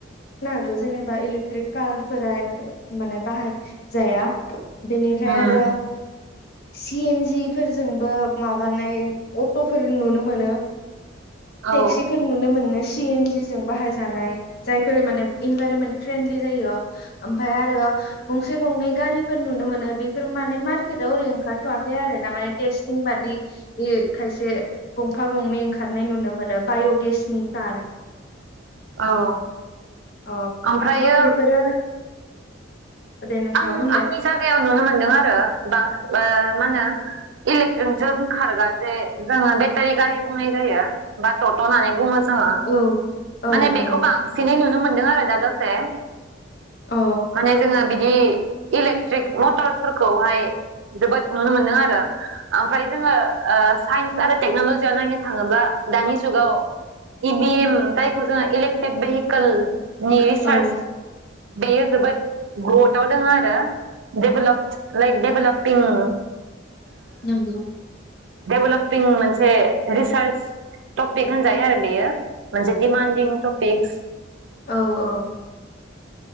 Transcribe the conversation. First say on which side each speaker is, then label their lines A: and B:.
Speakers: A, on the left; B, on the right.
A: नो हागौ जेनेबा इलेकट्रिक कारफोरा माने बाहायजाया बिनिफ्राय
B: उम
A: आरो सि एन जि फोरजोंबो माबानाय अट'फोर नुनो मोनो।
B: औ
A: टेक्सिफोर नुनो मोनो सि एन जि जों बाहाय जानाय जायफोर माने इनभाइरमेन्ट फ्रेन्लि जायो ओमफ्राय आरो गंसे गंनै गारिफोर नुनो मोनो बेफोर माने टाव ओरै ओंखारथ'वाखै आरो ना माने टेस्टिं बादि इमेइल खायसे गंफा गंनै ओंखारनाय नुनो मोनो बाय'गेसनि कार।
B: औ
A: अ
B: ओमफ्रायो
A: ज' बेफोरो दे नोंथाङा
B: आं
A: बुंलाय
B: आंनि जागायाव नुनो मोनदों आरो बां ओ मा होनो इलेक्ट्रिकजों खारग्रा जे जोङो बेटारि गारि बुंनाय जायो बा टट' होननानै बुङो। जों
A: औ औ
B: माने
A: नंगौ
B: बेखौ बांसिनै नुनो मोनो दं आरो दा दसे
A: औ
B: माने जोङो बे बिदि इलेकट्रिक मटरसफोरखौहाय जोबोद नुनो मोनदों आरो ओमफ्राय जोङो ओ साइन्स आरो टेक्नलजियाव नायनो थाङोब्ला दानि जुगाव इभिएम जायखौ जोङो इलेक्ट्रिक भेहिकेल नि सारस
A: औ
B: बेयो जोबोद ग्रथाव दङ आरो डेभेलप लाइक डेभेलपिं ओ
A: नंगौ
B: डेभलपिं मोनसे रिसार्च टपिक होनजायो आरो बेयो मोनसे डिमान्डिं टपिक
A: औ औ